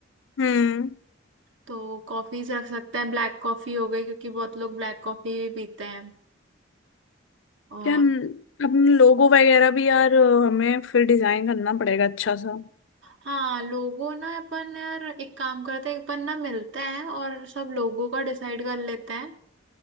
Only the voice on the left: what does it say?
हम्म
क्या हम- अपने लोगो वगैरह भी यार अ, हमें फिर डिजाइन करना पड़ेगा अच्छा सा